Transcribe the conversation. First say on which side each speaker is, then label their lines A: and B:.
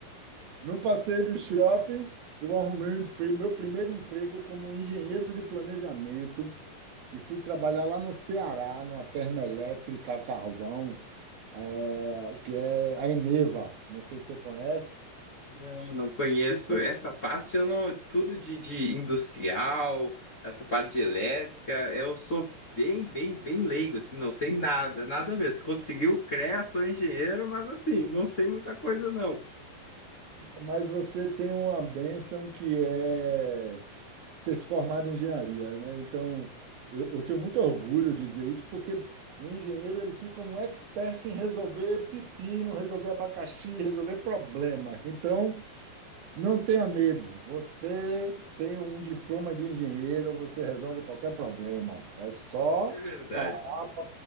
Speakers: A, on the right; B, on the left.
A: No passeio do shopping, eu arrumei um empre- meu primeiro emprego como engenheiro de planejamento e fui trabalhar lá no Ceará, numa termoelétrica a carvão, eh, que é a Eneva. Não sei se você conhece,
B: Não, não conheço.
A: E foi-
B: Essa parte eu não. Tudo de, de industrial, essa parte de elétrica, eu sou bem, bem, bem leigo, assim, não sei nada, nada mesmo. Se conseguiu, CREA, sou engenheiro, mas assim, não sei muita coisa, não.
A: mas você tem uma bênção que é ter se formado em engenharia, né? Então, eu, eu tenho muito orgulho de dizer isso, porque o engenheiro ele fica um expert em resolver pepino, resolver abacaxi, resolver problema. Então, não tenha medo. Você tem um diploma de engenheiro, você resolve qualquer problema. É só
B: De verdade.
A: parar pra,